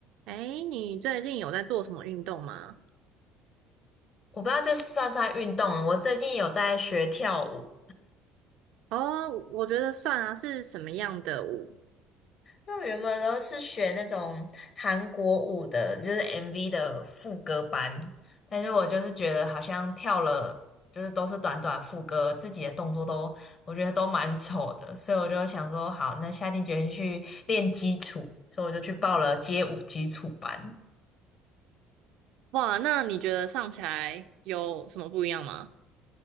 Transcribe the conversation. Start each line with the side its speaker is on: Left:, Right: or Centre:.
Right: 哎，你最近有在做什么运动吗？
Left: 我不知道这算不算运动。我最近有在学跳舞，
Right: 哦，我觉得算啊，是什么样的舞？
Left: 那我原本都是学那种韩国舞的，就是 MV 的副歌班。但是我就是觉得好像跳了，就是都是短短副歌，自己的动作都我觉得都蛮丑的，所以我就想说，好，那下定决心去练基础，所以我就去报了街舞基础班。
Right: 哇，那你觉得上起来有什么不一样吗？